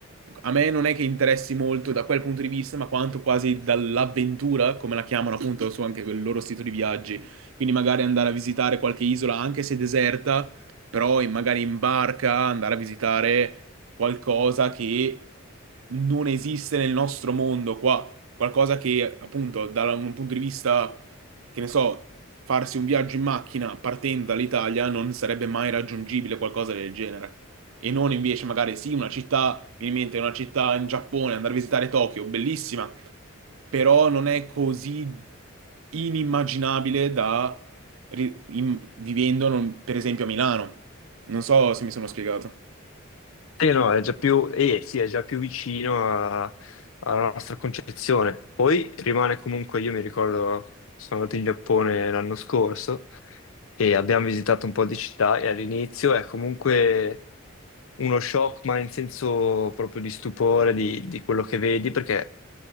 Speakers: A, on the right; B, on the left.
A: a me non è che interessi molto da quel punto di vista, ma quanto quasi dall'avventura, come la chiamano appunto su anche il loro sito di viaggi. Quindi magari andare a visitare qualche isola, anche se deserta, però in- magari in barca andare a visitare qualcosa che non esiste nel nostro mondo qua. Qualcosa che appunto da un punto di vista, che ne so, farsi un viaggio in macchina partendo dall'Italia non sarebbe mai raggiungibile, qualcosa del genere. E non invece magari sì, una città mi viene in mente una città in Giappone, andare a visitare Tokyo, bellissima, però non è così inimmaginabile da ri- im- vivendo, non- per esempio, a Milano. Non so se mi sono spiegato.
B: Sì, no, è già più, eh, sì, è già più vicino a- alla nostra concezione. Poi rimane comunque, io mi ricordo, sono andato in Giappone l'anno scorso e abbiamo visitato un po' di città e all'inizio è comunque uno shock, ma in senso proprio di stupore di, di quello che vedi, perché